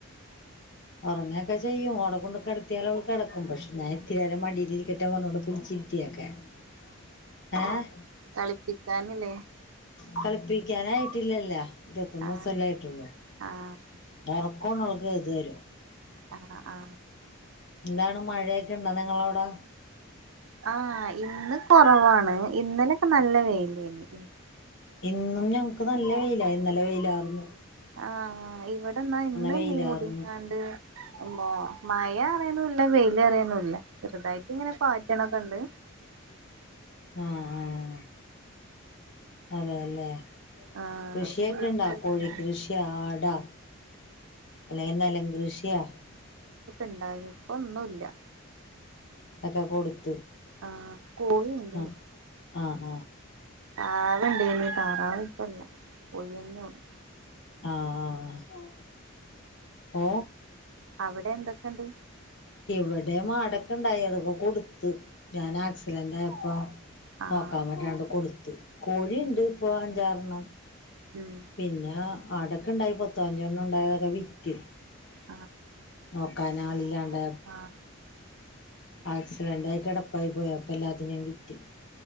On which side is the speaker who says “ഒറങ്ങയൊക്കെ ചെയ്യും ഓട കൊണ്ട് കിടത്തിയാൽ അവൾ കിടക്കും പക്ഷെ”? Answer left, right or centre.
Left